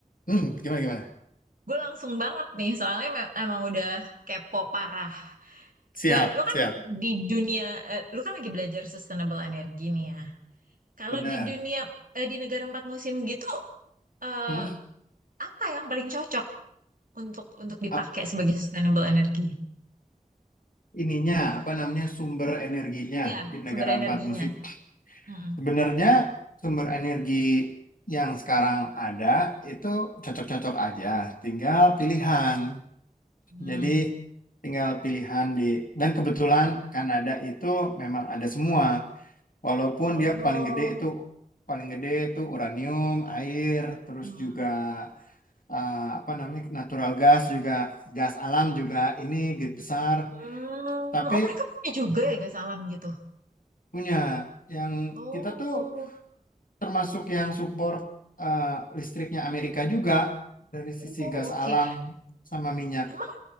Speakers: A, on the left; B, on the right.
A: hmm, gimana gimana?
B: gue langsung banget nih, soalnya me- emang udah kepo parah.
A: Siap,
B: Eh, Lo kan
A: siap.
B: di dunia, eh, lo kan lagi belajar sustainable energy nih ya. Kalau
A: Benar.
B: di dunia eh, di negara empat musim gitu, eh,
A: Hmm,
B: apa yang paling cocok untuk untuk dipakai
A: ap-
B: sebagai sustainable energy?
A: ininya apa namanya sumber energinya
B: Iya,
A: di negara
B: sumber energinya.
A: empat musim.
B: Mm-mm.
A: Sebenarnya sumber energi yang sekarang ada itu cocok-cocok aja, tinggal pilihan.
B: Hmm.
A: Jadi tinggal pilihan di dan kebetulan Kanada itu memang ada semua. Walaupun
B: Oh.
A: dia paling gede itu paling gede itu uranium, air, terus
B: Hmm.
A: juga eh, apa namanya natural gas juga gas alam juga ini gede besar.
B: Hmm.
A: Tapi
B: Oh, mereka punya juga ya gas alam gitu.
A: punya yang
B: Oh.
A: kita tuh termasuk yang support eh, listriknya Amerika juga dari sisi
B: Oh,
A: gas
B: oke.
A: alam sama minyak.
B: Emang